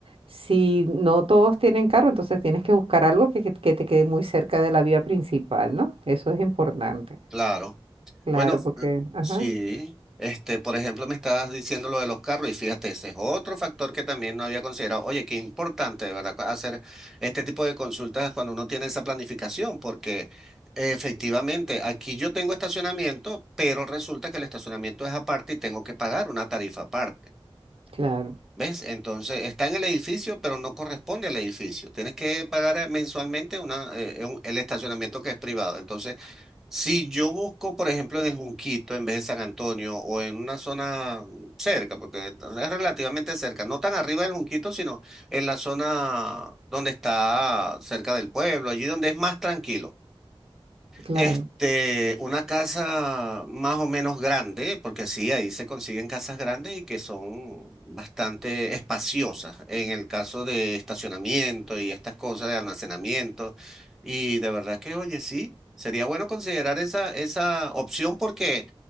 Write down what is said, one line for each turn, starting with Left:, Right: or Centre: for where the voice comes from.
Right: Si no todos tienen carro, entonces tienes que buscar algo que, que, que te quede muy cerca de la vía principal, ¿no? Eso es importante.
Centre: Claro.
Right: Claro,
Centre: Bueno,
Right: porque,
Centre: eh,
Right: ajá,
Centre: sí, este, por ejemplo, me estabas diciendo lo de los carros y fíjate, ese es otro factor que también no había considerado. Oye, qué importante, de ¿verdad? cu- Hacer este tipo de consultas cuando uno tiene esa planificación, porque eh, efectivamente aquí yo tengo estacionamiento, pero resulta que el estacionamiento es aparte y tengo que pagar una tarifa aparte.
Right: claro,
Centre: ¿Ves? Entonces está en el edificio, pero no corresponde al edificio. Tienes que pagar eh, mensualmente una, eh, un- el estacionamiento que es privado. Entonces, si yo busco, por ejemplo, en el Junquito en vez de San Antonio o en una zona cerca, porque es relativamente cerca, no tan arriba del Junquito, sino en la zona donde está cerca del pueblo, allí donde es más tranquilo.
Right: claro,
Centre: Este, una casa más o menos grande, porque sí, ahí se consiguen casas grandes y que son bastante espaciosas en el caso de estacionamiento y estas cosas de almacenamiento. Y de verdad que, oye, sí, sería bueno considerar esa, esa opción porque